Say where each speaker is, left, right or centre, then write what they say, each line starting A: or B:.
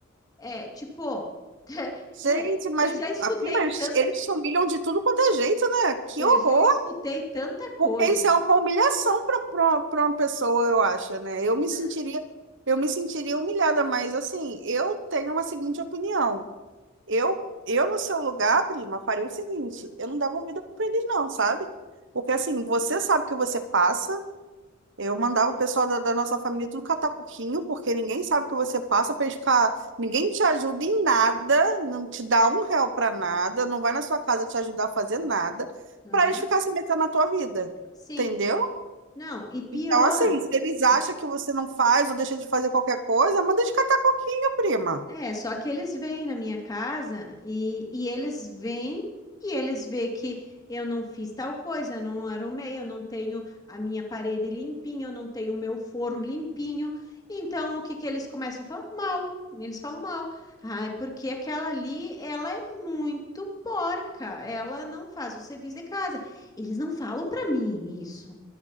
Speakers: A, on the left; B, on the right.
A: É, tipo, <laughs>
B: Gente,
A: é,
B: mas
A: eu já escutei
B: a prima,
A: tanto,
B: eles eles te humilham de tudo quanto é jeito, né? Que
A: eu
B: horror!
A: já escutei tanta coisa.
B: Porque isso é uma humilhação para uma pessoa, eu acho, né? Eu
A: Não,
B: me sentiria, eu me sentiria humilhada, mas assim, eu tenho uma seguinte opinião. Eu, eu no seu lugar, prima, faria o seguinte, eu não dava ouvido para eles não, sabe? Porque assim, você sabe o que você passa, eu mandava o pessoal da, da nossa família tudo catar coquinho, porque ninguém sabe o que você passa para ficar. Ninguém te ajuda em nada, não te dá um real para nada, não vai na sua casa te ajudar a fazer nada,
A: aham,
B: para eles ficarem se metendo na tua vida.
A: sim,
B: Entendeu?
A: não, e pior.
B: Então, assim, se eles acham
A: é,
B: que você não faz ou deixa de fazer qualquer coisa, manda eles catar coquinho, prima.
A: É, só que eles vêm na minha casa e, e eles vêm e eles vê que eu não fiz tal coisa, eu não arrumei, eu não tenho a minha parede limpinha, eu não tenho o meu forro limpinho. Então, o que que eles começam a falar? Mal. Eles falam mal. Ai, porque aquela ali, ela é muito porca, ela não faz o serviço de casa. Eles não falam para mim isso.